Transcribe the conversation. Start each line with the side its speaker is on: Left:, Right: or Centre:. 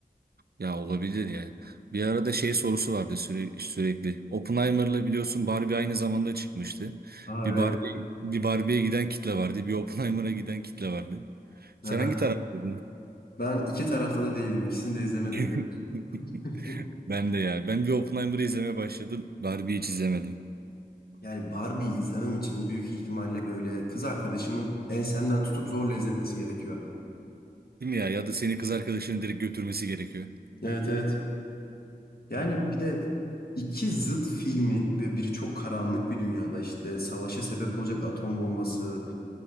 Right: Ya olabilir ya. Bir arada şey sorusu vardı süre, sürekli. Oppenheimer'la biliyorsun Barbie aynı zamanda çıkmıştı.
Left: Aa
Right: Bir
Left: evet.
Right: Barbie bir Barbie'ye giden kitle vardı. Bir Oppenheimer'a giden kitle vardı.
Left: Aha.
Right: Sen hangi taraftaydın?
Left: Ben iki tarafta da değilim. İkisini de izlemedim
Right: <laughs>
Left: biliyor musun? <laughs>
Right: Ben de ya. Ben bir Oppenheimer'ı izlemeye başladım. Barbie'yi hiç izlemedim.
Left: Yani Barbie'yi izlemem için büyük ihtimalle böyle kız arkadaşımın ensemden tutup zorla izletmesi gerekiyor.
Right: Değil mi ya? Ya da seni kız arkadaşının direkt götürmesi gerekiyor.
Left: Evet evet. Yani
Right: Hı hı.
Left: bir de iki zıt filmin ve biri çok karanlık bir dünyada işte savaşa sebep olacak atom bombası